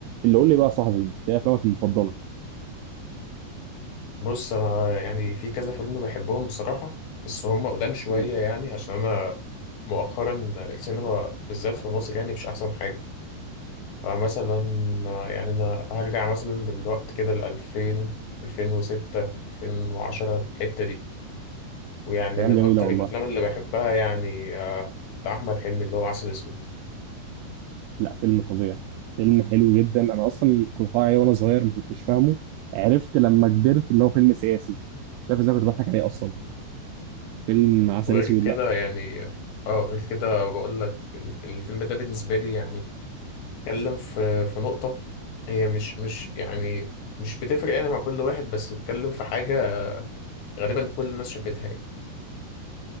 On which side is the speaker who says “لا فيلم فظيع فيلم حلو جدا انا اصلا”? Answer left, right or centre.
Right